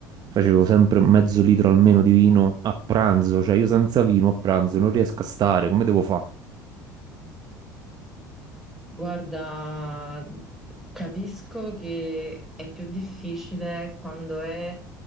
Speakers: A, on the right; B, in the centre.
A: Facevo sempre mezzo litro almeno di vino a pranzo, cioè io senza vino a pranzo non riesco a stare, come devo
B: Guarda, capisco che è più difficile quando è